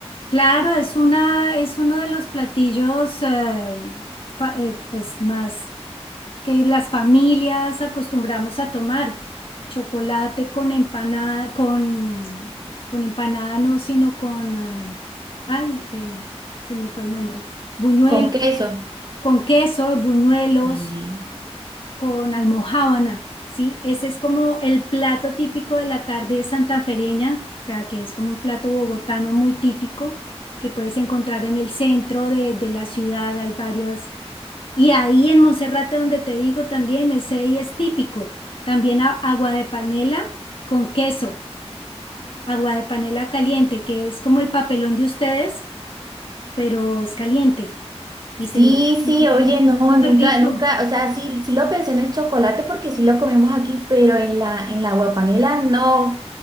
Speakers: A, on the left; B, on the right.
A: Claro, es una, es uno de los platillos eh, fa- eh, pues más que las familias acostumbramos a tomar. Chocolate con empanada, con, con empanada no, sino con, ah, ay, eh, se me fue el nombre, buñuelos,
B: con queso.
A: con queso, buñuelos
B: Y
A: con almojábana, ¿sí? Ese es como el plato típico de la tarde santafereña, o sea, que es como un plato bogotano muy típico que puedes encontrar en el centro de, de la ciudad, hay varios. Y ahí en Monserrate, donde te digo también, ese ahí es típico. También a- agua de panela con queso, agua de panela caliente, que es como el papelón de ustedes, pero es caliente y se
B: Sí,
A: le echa así,
B: sí,
A: y
B: oye, no,
A: es súper
B: nunca,
A: rico.
B: nunca, o sea, sí, sí lo pensé en el chocolate porque sí lo comemos aquí, pero en la, en la guapanela no.